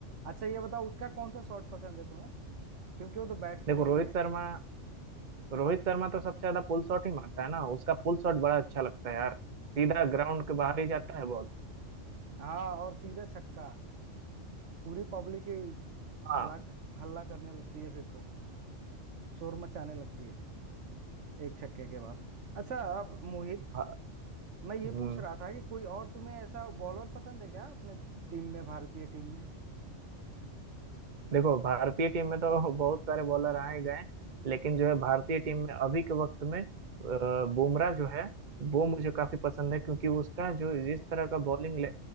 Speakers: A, on the right (about 70°); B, on the right (about 40°).
A: अच्छा ये बताओ उसका कौन सा शॉट पसंद है तुम्हें क्योंकि वो तो बैट्समैन
B: देखो रोहित
A: ही है
B: शर्मा तो रोहित शर्मा तो सबसे ज्यादा पुल शॉट ही मारता है ना उसका पुल शॉट बड़ा अच्छा लगता है यार सीधा ग्राउंड के बाहर ही जाता है बॉल
A: हाँ और सीधा छक्का पूरी पब्लिक ही
B: हाँ
A: हल्ला हल्ला करने लगती है फिर तो शोर मचाने लगती है एक छक्के के बाद अच्छा अब मोहित
B: भा-
A: मैं ये
B: हम्म
A: पूछ रहा था कि कोई और तुम्हें ऐसा बॉलर पसंद है क्या अपने टीम में भारतीय टीम में
B: देखो भारतीय टीम में तो <laughs> बहुत सारे बॉलर आए गए लेकिन जो है भारतीय टीम में अभी के वक्त में अ, बुमराह जो है वो मुझे काफी पसंद है क्योंकि उसका जो जिस तरह का बॉलिंग